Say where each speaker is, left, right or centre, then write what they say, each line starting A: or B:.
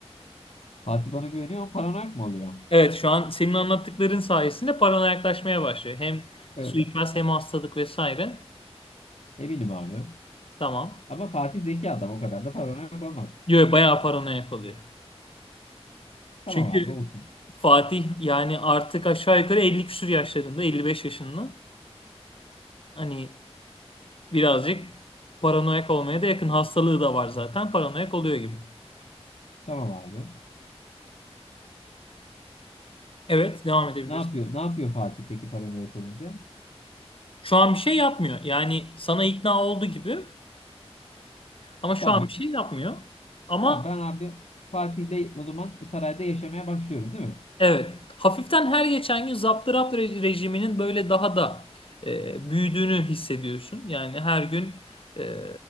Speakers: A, on the left; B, on the left.
A: Fatih bana güveniyor ama paranoyak mı oluyor?
B: Evet şu an senin anlattıkların sayesinde paranoyaklaşmaya başlıyor. Hem
A: Evet.
B: suikast hem hastalık vesaire.
A: Eminim abi.
B: Tamam.
A: Ama Fatih zeki adam o kadar da paranoyak olmaz.
B: Diyor bayağı paranoyak oluyor.
A: Tamam
B: Çünkü
A: abi olsun.
B: Fatih yani artık aşağı yukarı 50 küsur yaşlarında, 55 yaşında. Hani birazcık paranoyak olmaya da yakın. Hastalığı da var zaten. Paranoyak oluyor gibi.
A: Tamam abi.
B: Evet, devam edebilirsin.
A: Ne yapıyor? Ne yapıyor Fatih peki paranoyak olunca?
B: Şu an bir şey yapmıyor. Yani sana ikna oldu gibi ama şu
A: Tamam.
B: an bir şey yapmıyor. Ama
A: Tamam ben abi Fatih'le o zaman sarayda yaşamaya başlıyorum değil mi?
B: Evet. Hafiften her geçen gün zaptı rapt re- rejiminin böyle daha da e, büyüdüğünü hissediyorsun. Yani her gün e,